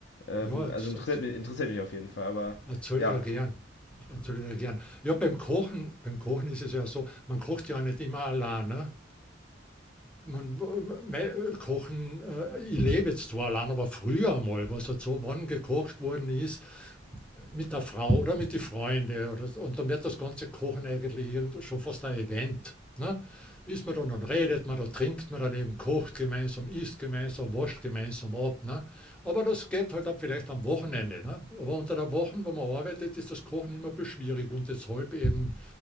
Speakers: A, on the left; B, in the centre.
A: ähm,
B: ja, das,
A: also interessiert
B: das
A: mich, interessiert mich auf jeden Fall, aber
B: erzähle
A: ja.
B: ich da gern. Erzähle ich da gern. Ja, beim Kochen, beim Kochen ist es ja so, man kocht ja nicht immer allein. Ne? Man, äh, me- kochen, äh, ich lebe jetzt zwar allein, aber früher mal, was halt so, wann gekocht worden ist, mit der Frau oder mit den Freunden. Oder, so. und dann wird das ganze Kochen eigentlich irgend- schon fast ein Event. Ne? Ist man dann, dann redet man, dann trinkt man dann eben, kocht gemeinsam, isst gemeinsam, wascht gemeinsam ab. Ne? Aber das geht halt auch vielleicht am Wochenende. Ne? Aber unter der Woche, wenn man arbeitet, ist das Kochen immer ein bisschen schwierig und deshalb eben